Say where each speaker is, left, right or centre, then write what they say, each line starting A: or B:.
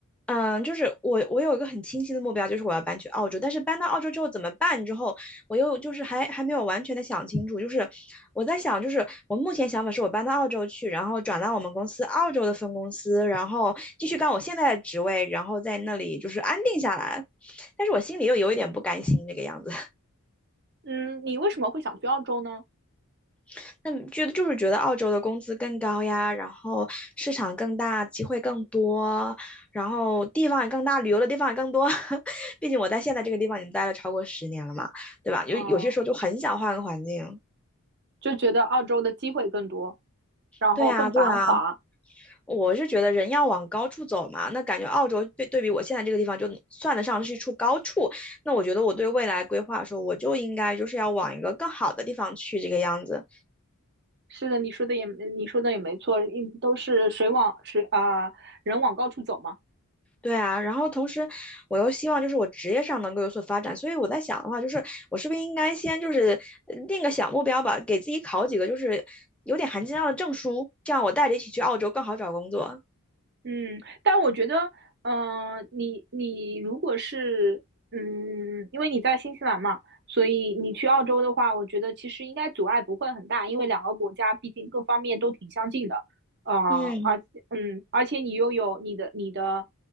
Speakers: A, in the centre; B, on the right (about 50°).
A: 嗯，就是我，我有一个很清晰的目标，就是我要搬去澳洲。但是搬到澳洲之后怎么办？之后我又就是还还没有完全的想清楚，就是我在想，就是我目前想法是我搬到澳洲去，然后转到我们公司澳洲的分公司，然后继续干我现在的职位，然后在那里就是安定下来。但是我心里又有一点不甘心这个样子，
B: 嗯，你为什么会想去澳洲呢？
A: <laughs> 那觉得就是觉得澳洲的工资更高呀，然后市场更大，机会更多，然后地方也更大，旅游的地方也更多。<laughs> 毕竟我在现在这个地方已经待了超过十年了嘛，对吧？有有些时候就很想换个环境。
B: 嗯，就觉得澳洲的机会更多，然后更繁华，
A: 对啊，对啊。我是觉得人要往高处走嘛，那感觉澳洲对对比我现在这个地方，就算得上是一处高处。那我觉得我对未来规划说，我就应该就是要往一个更好的地方去，这个样子。
B: 是的，你说的也你说的也没错，嗯都是水往水啊、人往高处走嘛。
A: 对啊，然后同时我又希望就是我职业上能够有所发展，所以我在想的话，就是我是不是应该先就是呃定个小目标吧，给自己考几个就是有点含金量的证书，这样我带着一起去澳洲更好找工作。
B: 嗯，但我觉得，嗯、你你如果是嗯，因为你在新西兰嘛，所以你去澳洲的话，我觉得其实应该阻碍不会很大，因为两个国家毕竟各方面都挺相近的。啊、
A: 嗯
B: 而嗯，而且你又有你的你的